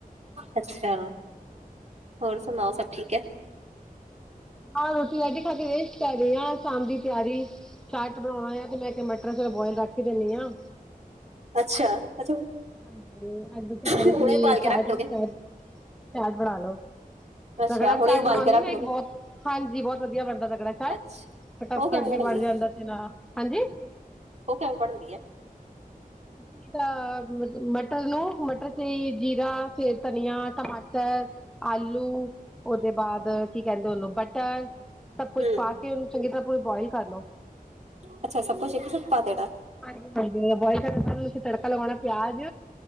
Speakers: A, on the right; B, in the centre.
A: ਅੱਛਾ, ਹੋਰ ਸੁਣਾਓ ਸਭ ਠੀਕ ਹੈ।
B: ਹਾਂ ਰੋਟੀ ਵਟੀ ਖਾ ਕੇ ਰੇਸ਼ਟ ਕਰ ਰਹੀ ਹਾਂ, ਸ਼ਾਮ ਦੀ ਤਿਆਰੀ ਚਾਟ ਬਣਾਉਣਾ ਆ ਤੇ ਮੈਂ ਕਿਹਾ ਮਟਰ ਚਲ ਬੋਇਲ ਰੱਖ ਹੀ ਦਿੰਦੀ ਹਾ।
A: ਅੱਛਾ। ਅੱਛਾ
B: ਹਾਂਜੀ ਕੀ ਕਰ ਰਹੇ
A: ਹੁਣੇ
B: ਜੀ?
A: ਉਬਾਲ ਕੇ
B: ਚਾਟ
A: ਰੱਖ ਲੋਗੇ
B: ਦੀ ਤਿਆਰੀ ਚਾਟ ਬਣਾ ਲੋੋ।
A: ਅੱਛਾ
B: ਰਗੜਾ
A: ਹੁਣੇ
B: ਚਾਟ
A: ਉਬਾਲ
B: ਬਨਾਉਦੀ
A: ਕੇ ਰੱਖ
B: ਨਾ
A: ਲੋਗੇ
B: ਇੱਕ ਬਹੁਤ, ਹਾਂਜੀ ਬਹੁਤ ਵਧੀਆ ਬਣਦਾ ਰਗੜਾ ਚਾਟ।
A: ਅੱਛਾ
B: ਫਟਾਫਟ
A: ਉਹ ਕਿਵੇਂ
B: ਵੀ
A: ਬਣਦੀ
B: ਬਨ
A: ਹੈ?
B: ਜਾਂਦਾ ਤੇ ਨਾਲ, ਹਾਂਜੀ
A: ਉਹ ਕਿਵੇਂ ਬਨਦੀ ਏ?
B: ਅਸੀ ਤਾਂ ਮਟਰ ਲੋ। ਮਟਰ ਚੇ ਜੀਰਾ ਫੇਰ ਧਨੀਆ, ਟਮਾਟਰ, ਆਲੂ ਉਹਦੇ ਬਾਅਦ, ਕੀ ਕਹਿੰਦੇ ਉਹਨੂੰ ਬਟਰ ਸਭ ਕੁਛ
A: ਹਮ
B: ਪਾ ਕੇ ਉਹਨੂੰ ਚੰਗੀ ਤਰ੍ਹਾਂ ਪੂਰੀ ਬੋਆਇਲ ਕਰ ਲੋ।
A: ਅੱਛਾ ਸਭ ਕੁਛ ਇੱਕ ਸਾਥ ਪਾ ਦੇਣਾ
B: ਹਾਂਜੀ ਹਾਂਜੀ ਬੋਇਲ ਕਰਨ ਤੋ ਬਾਦ ਔਦੇ ਚ ਤੜਕਾ ਲਗਾਉਣਾ ਪਿਆਜ਼